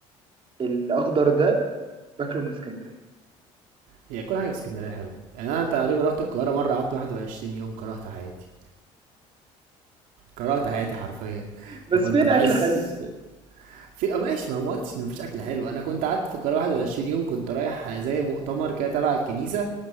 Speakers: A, on the right; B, on the right.
A: الاخضر ده باكله من اسكندريه
B: هي كل حاجة في اسكندرية حلو يعني انا تقريبا رحت القاهرة مرة قعدت 21 يوم كرهت حياتي كرهت حياتي حرفيا
A: بس
B: انا كنت
A: فين
B: بحس
A: اكل حلو
B: في آه ماشي ما أنا ما قلتش ان مفيش اكل حلو انا كنت قعدت في القاهرة 21 يوم كنت رايح زي مؤتمر كده تبع الكنيسة